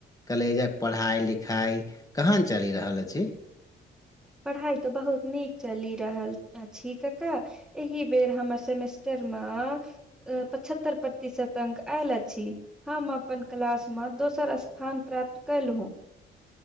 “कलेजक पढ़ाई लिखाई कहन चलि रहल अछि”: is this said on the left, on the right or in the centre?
Left